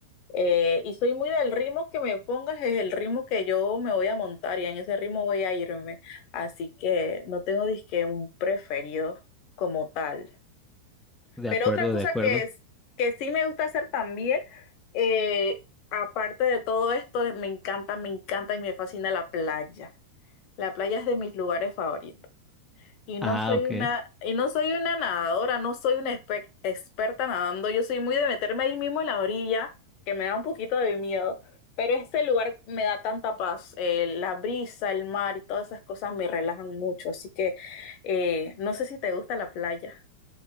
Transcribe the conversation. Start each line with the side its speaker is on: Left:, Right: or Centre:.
Left: Eh, y soy muy del ritmo que me pongas, es el ritmo que yo me voy a montar y en ese ritmo voy a irme. Así que no tengo disque un preferido como tal.
Centre: De
Left: Pero
Centre: acuerdo,
Left: otra cosa
Centre: de acuerdo.
Left: que es, que sí me gusta hacer también, eh, aparte de todo esto, me encanta, me encanta y me fascina la playa. La playa es de mis lugares favoritos. Y no
Centre: Ah,
Left: soy
Centre: ok.
Left: una, y no soy una nadadora, no soy una espe- experta nadando. Yo soy muy de meterme ahí mismo en la orilla, que me da un poquito de miedo. Pero este lugar me da tanta paz. Eh, la brisa, el mar y todas esas cosas me relajan mucho. Así que eh, no sé si te gusta la playa.